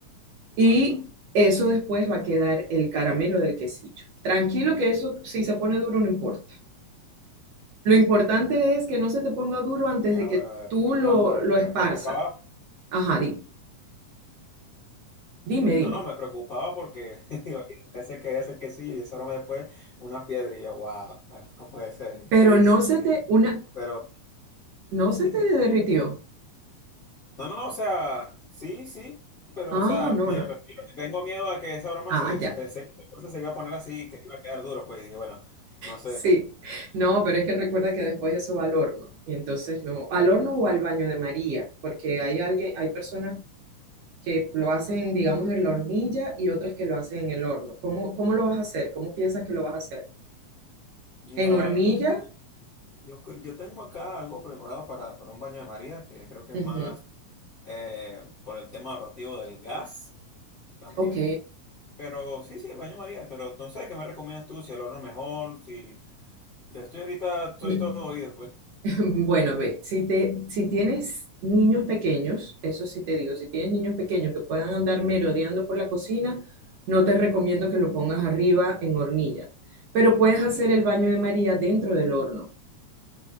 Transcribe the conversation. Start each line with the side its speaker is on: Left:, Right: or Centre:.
Left: Bueno,
Right: y eso después va a quedar el caramelo del quesillo. Tranquilo que eso si se pone duro no importa. Lo importante es que no se te ponga duro antes
Left: ah,
Right: de que
Left: bueno, era
Right: tú lo,
Left: bastante-
Right: lo esparzas.
Left: me preocupaba.
Right: Ajá, dime, dime,
Left: ok, No,
Right: dime.
Left: no, me preocupaba porque <laughs> digo, oye, ese que es el quesillo y ese aroma después una piedra y yo, wow, no puede ser,
Right: Pero
Left: ¿qué hice?
Right: no se
Left: Dije
Right: te,
Left: yo.
Right: una,
Left: Pero
Right: no se
Left: dime,
Right: te
Left: dime.
Right: derritió.
Left: No, no, no, o sea, sí, sí, pero
Right: Ah,
Left: o sea,
Right: no,
Left: me
Right: no.
Left: refiero, que tengo miedo a que esa broma
Right: Ah,
Left: se,
Right: ya.
Left: se pensé que esa cosa se iba a poner así, que iba a quedar duro, pues y bueno, no sé.
Right: Sí. No, pero es que recuerda que después eso va al horno. Y entonces no, al horno o al baño de María, porque hay alguien, hay personas que lo hacen, digamos, en la hornilla y otras que lo hacen en el horno. ¿Cómo, cómo lo vas a hacer? ¿Cómo piensas que lo vas a hacer?
Left: Mira,
Right: ¿En hornilla?
Left: no sé, yo, cre- yo tengo acá algo preparado para, para un baño de María, que creo que es
Right: Ujú.
Left: más... eh, por el tema narrativo del gas también.
Right: Ok.
Left: Pero sí, sí, el baño María, pero no sé qué me recomiendas tú, si el horno mejor, si yo estoy ahorita, estoy
Right: Me-
Left: todo oídos, pues.
Right: <laughs> Bueno, ve, si te, si tienes niños pequeños, eso sí te digo, si tienes niños pequeños que puedan andar merodeando por la cocina, no te recomiendo que lo pongas arriba en hornilla, pero puedes hacer el baño de María dentro del horno,